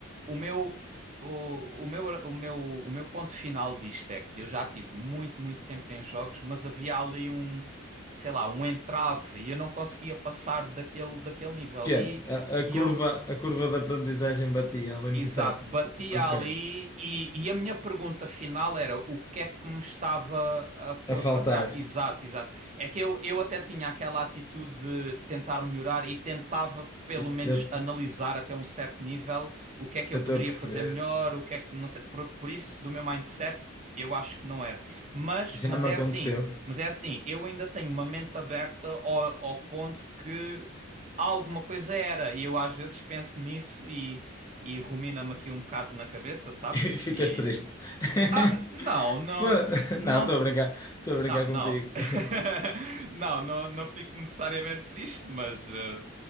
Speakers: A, on the right; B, on the left.
A: o meu, o, o meu, o meu, o meu ponto final disto é que eu já tive muito, muito tempo em jogos, mas havia ali um, sei lá, um entrave e eu não conseguia passar daquele, daquele nível.
B: Que
A: E,
B: é, a, a
A: e
B: curva,
A: eu
B: a curva da aprendizagem batia ali
A: Exato,
B: no teto.
A: batia
B: Ok.
A: ali e, e a minha pergunta final era o que é que me estava a pôr
B: A
A: para
B: faltar.
A: trás? Exato, exato. É que eu, eu até tinha aquela atitude de tentar melhorar e tentava pelo
B: Eu
A: menos analisar até um certo nível o que é que
B: eu
A: eu poderia
B: estou a perceber.
A: fazer melhor, o que é que não sei, por, por isso do meu mindset eu acho que não era. Mas,
B: Já
A: mas
B: me
A: é
B: aconteceu.
A: assim, mas
B: <laughs>
A: é assim, eu ainda tenho uma mente aberta ao, ao ponto que alguma coisa era. E eu às vezes penso nisso e, e rumina-me aqui um bocado na cabeça, sabes?
B: E Ficas
A: E.
B: triste. <laughs>
A: Ah, não, não,
B: Foi-
A: não,
B: Não, estou a brincar. Estou a brincar
A: não,
B: contigo.
A: não. <laughs>
B: <laughs>
A: Não, não, não fico necessariamente triste, mas, eh,